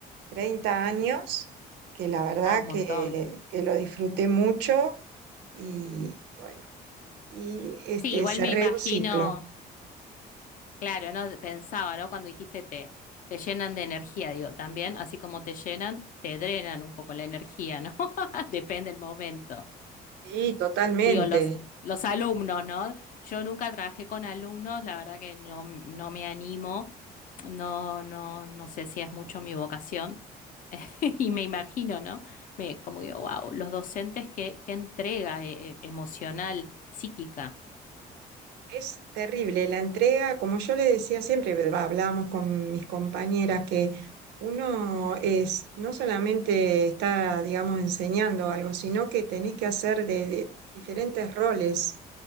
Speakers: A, on the right; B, on the left.
A: treinta años que la verdad
B: Ah, un montón.
A: que, que lo disfruté mucho y bueno, y este,
B: Sí, igual
A: cerré
B: me imagino,
A: un ciclo.
B: claro, ¿no? Pensaba, ¿no? Cuando dijiste te, te llenan de energía, digo, también, así como te llenan, te drenan un poco la energía, ¿no? <laughs> Depende del momento.
A: Sí, totalmente.
B: Digo, los, los alumnos, ¿no? Yo nunca trabajé con alumnos, la verdad que no, no me animo, no, no, no sé si es mucho mi vocación. <laughs> Y me imagino, ¿no? Me, como digo, wow, los docentes, qué, qué entrega eh, eh, emocional, psíquica.
A: Es terrible la entrega, como yo le decía siempre, va, hablábamos con mis compañeras, que uno es, no solamente está, digamos, enseñando algo, sino que tenés que hacer de, de diferentes roles,